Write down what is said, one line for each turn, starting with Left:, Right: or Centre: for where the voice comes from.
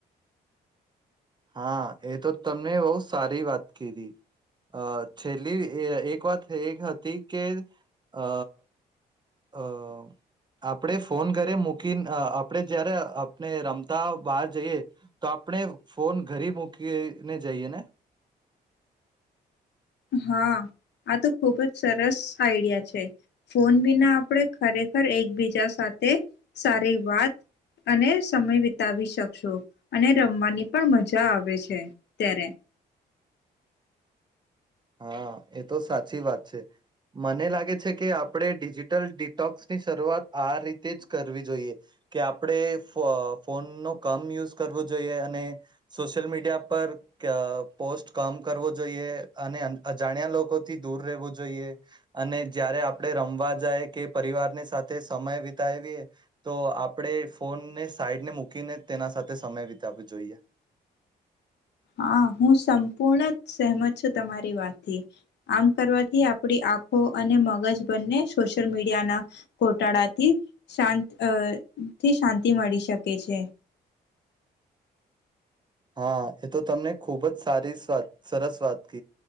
Right: હા એ તો તમને બહુ સારી વાત કીધી, અ છેલ્લી એક વાત એ હતી કે અ અ આપણે ફોન ઘરે મૂકી અઆપણે જયારે આપણે રમતા બહાર જઈએ, તો આપણે ફોન ઘરે મૂકીને જઈએ ને
Left: હા, આ તો ખુબ જ સરસ આઈડિયા છે, ફોન વિના આપણે ખરેખર એકબીજા સાથે, સારી વાત અને સમય વિતાવી શકશું, અને રમવાની પણ મજા આવે છે ત્યારે.
Right: હા એ તો સાચી વાત છે, મને લાગે છે કે આપણે ડિજિટલ ડીટોક્સ ની શરૂઆત આ રીતે જ કરવી જોઈએ, કે આપણેઅઅ ફોનનો કમ યુઝ કરવો જોઈએ અને, સોશિયલ મીડિયા પર પોસ્ટ કમ કરવો જોઈએ. અને અજાણ્યા લોકોથી દૂર રહેવું જોઈએ, અને જય્યારે આપણે રમવા જાય કે પરિવારની સાથે સમય વિતાવીએ, તો આપણે ફોનને સાઈડે મૂકીને તેના સાથે સમય વિતાવવો જોઈએ.
Left: હા હું સંપૂર્ણ સેહમત છું તમારી વાતથી, આમ કરવાથી આપડી આંખો અને મગજ બંને સોશિયલ મીડિયાના, ઘોટાળાથી શાંતથીઅઅ શાંતિ અઅઅ મળી શકે છે.
Right: હા એ તો તમને ખૂબ જ સારી વાત સરસ વાત,